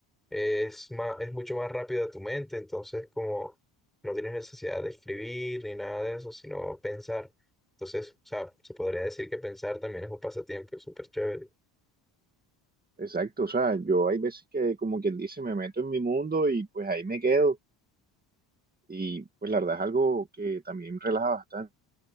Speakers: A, in the centre; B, on the right.
A: es más, es mucho más rápido a tu mente, entonces como no tienes necesidad de escribir ni nada de eso, sino pensar. Entonces, o sea, se podría decir que pensar también es un pasatiempo, es súper chévere.
B: Exacto, o sea, yo hay veces que como quien dice me meto en mi mundo y pues ahí me quedo y pues la verdad es algo que también relaja bastante.